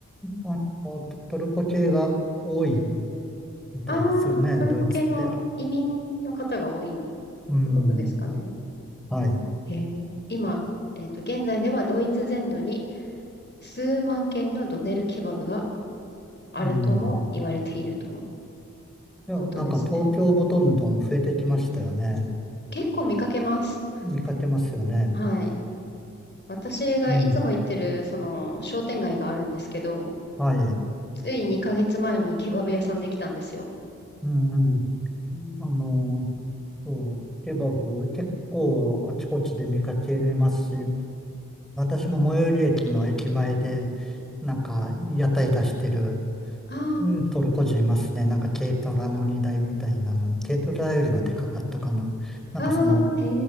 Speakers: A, in the centre; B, on the left.
A: あの、トトルコ系が多いみたいですよね、
B: ああ、トルコ系の移民の方が多いっ
A: ドイツって。うん、
B: てことですかね。
A: はい。
B: えー今、えーっと、現在ではドイツ全土に数万件のドネルケバブがあるとも言われているとの
A: うんいや、なんか東京もどんどん増えてきましたよね。
B: ことですね。結構見かけます。
A: 見かけますよね。
B: はい。私がいつも行ってる、
A: うん。
B: その、商店街があるんですけど、
A: はい。
B: つい2ヶ月前にケバブ屋さんできたんですよ。
A: うんうん。
B: うん。
A: あの、そう、ケバブ結構あちこちで見かけますし、私も最寄り駅の駅前で、なんか屋台出してる、
B: あ
A: うん、トルコ人いますね。なんか軽トラの荷台みたいなのに、軽トラよりはでかかったかな。なんかその
B: あ、ああ、へ